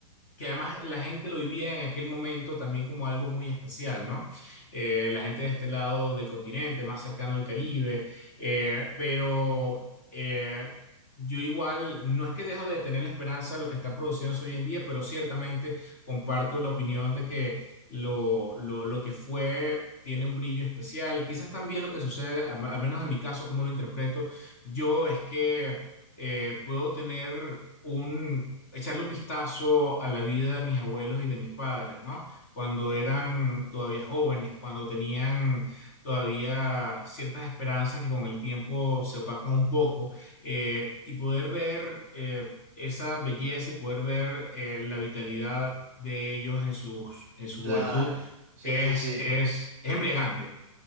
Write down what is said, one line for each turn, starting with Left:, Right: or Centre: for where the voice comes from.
Left: que además la gente lo vivía en aquel momento también como algo muy especial, ¿no? Eh, la gente de este lado del continente, más cercano al Caribe, eh, pero eh, yo igual, no es que dejo de tener la esperanza de lo que está produciéndose hoy en día, pero ciertamente comparto la opinión de que lo, lo, lo que fue... tiene un brillo especial. Quizás también lo que sucede, a- al menos en mi caso, como lo interpreto, yo es que eh, puedo tener un, echarle un vistazo a la vida de mis abuelos y de mis padres, ¿no? Cuando eran todavía jóvenes, cuando tenían todavía ciertas esperanzas que con el tiempo se opacan un poco, eh, y poder ver eh, esa belleza y poder ver eh, la vitalidad de ellos en sus, en su
Right: claro.
Left: juventud
Right: Sí,
Left: es,
Right: sí, sí.
Left: es, es embriagante,